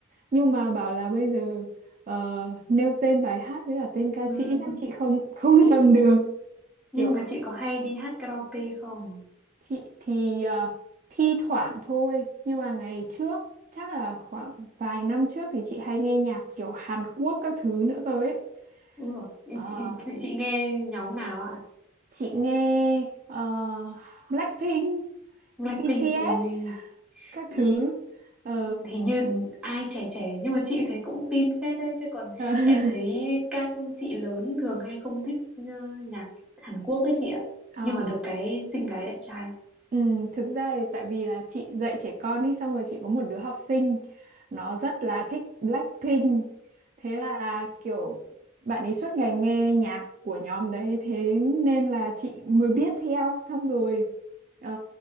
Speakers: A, on the right (about 40°); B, in the centre.
A: nhưng mà bảo là bây giờ ờ, nêu tên bài hát với cả tên ca
B: Ừm,
A: sĩ chắc chị không không <laughs> làm được
B: Nhưng
A: kiểu
B: mà chị có hay đi hát karaoke không?
A: Chị thì ờ, thi thoảng thôi, nhưng mà ngày trước chắc là khoảng vài năm trước thì chị hay nghe nhạc kiểu Hàn Quốc các thứ nữa cơ ấy.
B: Đúng rồi
A: Ờ,
B: Chị, chị, chị nghe nhóm nào ạ?
A: chị nghe ờ, Blackpink,
B: Blackpink
A: BTS
B: Ui
A: các
B: Ừ,
A: thứ. Ờ,
B: hình như ai trẻ trẻ nhưng mà chị thấy cũng tin phết đấy chứ còn
A: ờ, <laughs>
B: em thấy các chị lớn thường hay không thích ờ, nhạc Hàn Quốc ấy chị ạ
A: ờ.
B: nhưng mà được cái xinh gái đẹp trai
A: Ừ, thực ra thì tại vì là chị dạy trẻ con đi xong rồi chị có một đứa học sinh nó rất là thích Blackpink thế là kiểu bạn ấy suốt ngày nghe nhạc của nhóm đấy thế nên là chị mới biết theo xong rồi ờ,